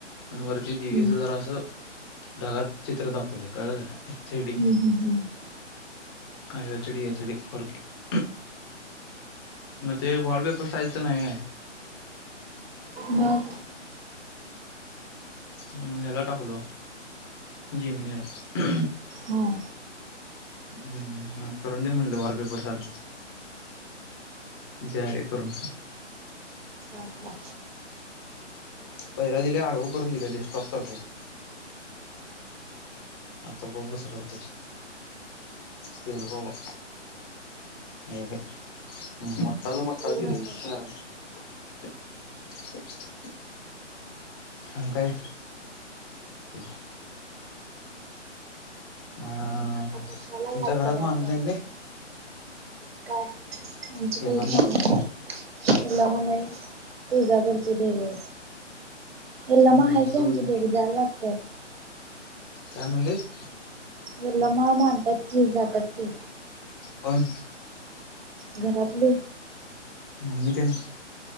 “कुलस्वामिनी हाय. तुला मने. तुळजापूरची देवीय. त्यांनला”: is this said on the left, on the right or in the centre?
Right